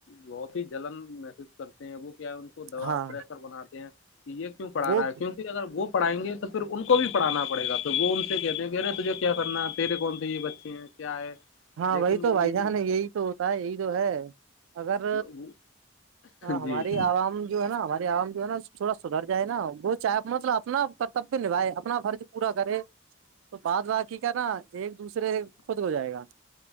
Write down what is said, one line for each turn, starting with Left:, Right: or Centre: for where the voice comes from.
Left: بہت ہی جلن محسوس کرتے ہیں وہ کیا ہے دوبا
Right: ہاں
Left: پریشر بناتے ہیں کہ یہ کیوں پڑھا
Right: وہ
Left: رہا ہے کیونک اگر وہ پڑائیں گے تو پھر ان کو بھی پڑھانا پڑ گا تو وہ ان سے کہتے ہیں کہ ارے تجھے کیا کرنا ہے تیرے کون تھے یہ بچے کیا ہے
Right: ہاں
Left: لیکن
Right: وہی
Left: وہ
Right: تو بھائی
Left: یہ
Right: جان یہی تو ہوتا ہے یہی تو ہے اگر
Left: بھی
Right: ہ ہماری
Left: جی
Right: عوام جو ہے نا ہماری عوام نا تھوڑا سدھر جائے نا وہ چاہے مطلب اپنا کرتبیہ نبھائے اپنا فرض پورا کرے تو بعد بعد کی کرناا ایک دوسرے خود ہو جائے گا